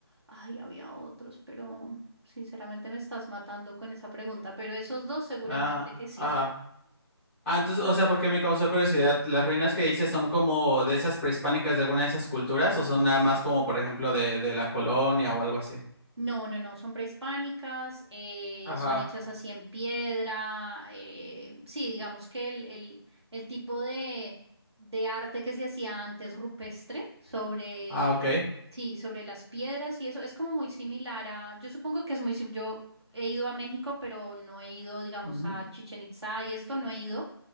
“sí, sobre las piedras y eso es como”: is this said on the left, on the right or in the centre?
Right